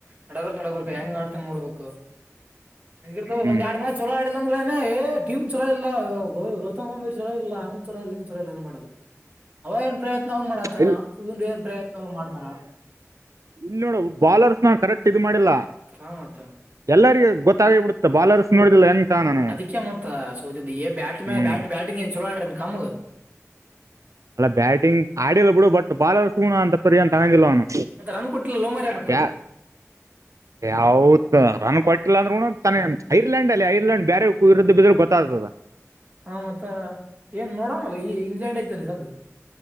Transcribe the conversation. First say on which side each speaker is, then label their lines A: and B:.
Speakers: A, on the right; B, on the right.
A: ನಡಬರ್ಕ್ ನಡಬರ್ ಹೆಂಗ್ ಆಡ್ತಾ ನೋಡ್ಬೇಕು. ಹಂಗಿರ್ತ
B: ಹ್ಮ್
A: ಒಂದ್ ಎರಡ್ ಮಾ ಚಲೋ ಆಡಲಂಗಲಏ. ಟಮ್ ಚಲ ಇಲ್ಲ ಗ ಗೌತಮ್ ಗಾಭೀರ್ ಚಲ ಇಲ್ಲ ಹಂಗ ಚಲ ಇಲ್ಲ ಹಂಗ್ ಚಲ ಇಲ್ಲಏನ್ ಮಾಡೋದು. ಅವ ಏನ್ ಪ್ರಯತ್ನ ಅವ್ನ್ ಮಾಡತಾನ
B: ಇಲ್
A: ಇನ್ ಏನ್ ಪ್ರಯತ್ನ ಅವನ್ ಮಾಡ್ತಾರ.
B: ಇಲ್ಲಿ ನೋಡು ಬಾಲರ್ಸ್ ನ ಕರೆಕ್ಟ್ ಇ ಮಾಡಿಲ್ಲ
A: ಹಾ ಮತ್ತ
B: ಎಲ್ಲರಿಗ ಗೊತ್ತಾಗೇಬಿಡುತ್ತ. ಬಾಲರ್ಸ್ ನೋಡಿದಿಲ್ಲ. ತಾನಾನ
A: ಅದಕ್ಕೆ ಮತ್ತ ಸೋಚಿದ್ದ ಬ್ಯಾಟ್ ಮ
B: ಹ್ಮ್
A: ಬ್ಯಾ ಬ್ಯಾಟಿಂಗ್ ಏನ್ ಚಲೋ ಆಡ್ರನ್ ಕಾಮಲ್.
B: ಅಲ್ಲ ಬ್ಯಾಟಿಂಗ್ ಆಡಿಿಲ್ಲ ಬಿಡು ಬಟ್ ಬಾಲರ್ ಸುಣ ಅಂತ ಪರಿ ಏನ್ ತಗೊಂಡಿಲ್ಲ ಅವನು.
A: ಮತ್ತ ರನ್ ಕೊಟ್ಟಿಲ್ಲ ಲೋ ಮಾರ್ರೆ ಮತ್ತ
B: ಯ
A: ಅವ್ರು
B: ಯಾವತ್ ರನ್ ಕೊಟ್ಟಿಲ್ಲ ಅಂದ್ರ ಉಣ. ತಾನ ಐರ್ಲೆಂಡ್ಲ್ಲಿ ಐರ್ಯಂಡ್ ಬೇರೊ ಇರುದ್ದ ಬಿದ್ರೆ ಗೊತ್ತ್ತದ.
A: ಹ ಮತ್ತ ಏನ್ ನೋಡಂಗಲ್ಲ ಈ ಇಂಗ್ಲೆಂಡ್ ಐತಲ್ಲಿ ಸದತ್.